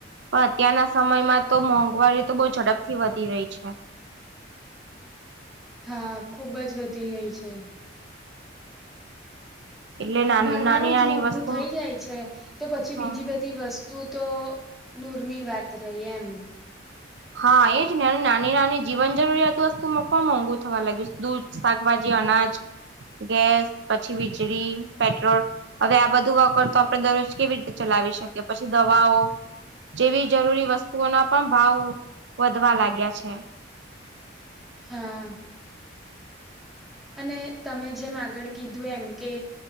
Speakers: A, on the right (about 70°); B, in the centre.
A: પણ અત્યારના સમયમાં તો મોંઘવારી તો બહુ ઝડપથી વધી રહી છે.
B: હા ખુબ જ વધી ગઈ છે.
A: એટલે નાની
B: ભણવાનું
A: નાની
B: જ મોંઘું
A: વસ્તુ
B: થઈ જાય છે તો પછી
A: હા
B: બીજી બધ બધી વસ્તુ તો દૂરની વાત રહી એમ.
A: હા એજ ને અને નાની નાની જીવન જરૂરિયાત વસ્તુ માં પણ મોંઘુ થવા લાગ્યું દૂધ શાકભાજી અનાજ ગેસ પછી વીજળી પેટ્રોલ હવે આ બધું વગર તો આપણે દરરોજ કેવી રીતે ચલાવી શકીએ પછી દવાઓ જેવી જરૂરી વસ્તુઓના પણ ભાવ વધવા લાગ્યા છે.
B: હા. અને તમે જેમ આગળ કીધું એમ કે